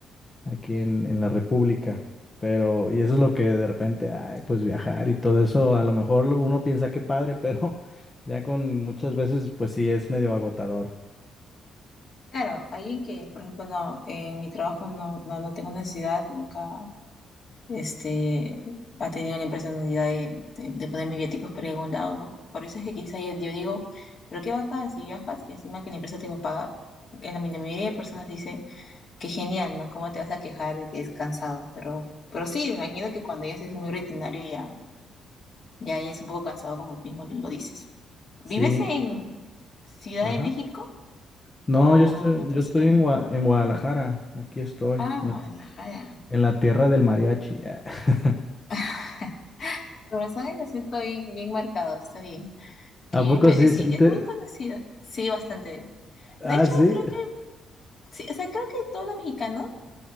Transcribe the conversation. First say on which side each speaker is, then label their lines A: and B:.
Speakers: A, on the left; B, on the left.
A: aquí en, en la República. Pero, y eso es lo que de repente, ay, pues viajar y todo eso, a lo mejor lo- uno piensa que padre, pero <laughs> ya con muchas veces, pues sí, es medio agotador.
B: Claro, alguien que, por ejemplo, no, en mi trabajo no, no, no tengo necesidad, nunca, este, ha tenido la empresa necesidad de, de, de ponerme viáticos por algún lado, ¿no? Por eso es que quizá yo, yo digo, pero qué bacán si viajas y encima que la empresa te lo paga. En la, mi- la mayoría de personas dice, qué genial, ¿no? ¿Cómo te vas a quejar de que es cansado? Pero, pero sí, me imagino que cuando ya es muy rutinario ya Ya, ya es un poco cansado, como tú mismo lo dices. ¿Vives
A: Sí,
B: en Ciudad
A: ajá.
B: de México
A: No,
B: o
A: yo estoy,
B: en otros?
A: yo estoy
B: eh?
A: en Gua- en Guadalajara, aquí estoy,
B: Ah,
A: en
B: Guadalajara.
A: la, en la tierra del mariachi. <laughs>
B: <laughs> Con razón el acento bien, bien marcado, está bien. Qué
A: ¿A
B: bien,
A: poco
B: pero
A: sí
B: sí,
A: siente?
B: es muy conocido. Sí, bastante.
A: Ah,
B: De hecho,
A: sí.
B: creo que, sí, o sea, creo que todos los mexicanos,